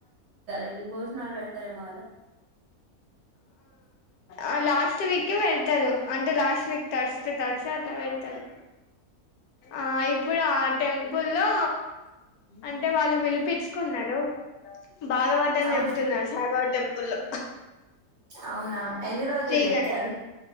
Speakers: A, on the right (about 55°); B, on the left (about 80°).
A: ఇలి భోజ్నాలు వెళ్తార మగళ
B: ఆ లాస్ట్ వీకే వెళ్తారు అంటే లాస్ట్ వీక్ తర్స్త తర్ అట్లా వెళ్తారు ఆ ఇప్పుడు ఆ టెంపుల్లో అంటే వాళ్ళు విలిపించుకున్నారు బాగావద్దని
A: అవును
B: చెప్తున్నారు సాయిబాబ టెంపు లో
A: అవునా ఎన్ని రోజులు
B: ఫ్రీగానే
A: చెప్తారు